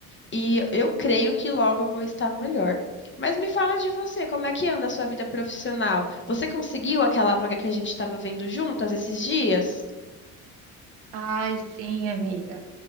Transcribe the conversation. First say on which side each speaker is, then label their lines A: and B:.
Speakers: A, on the left; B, on the right.
A: e eu creio que logo eu vou estar melhor. Mas me fala de você, como é que anda a sua vida profissional? Você conseguiu aquela vaga que a gente estava vendo juntas esses dias?
B: Ai, sim, amiga.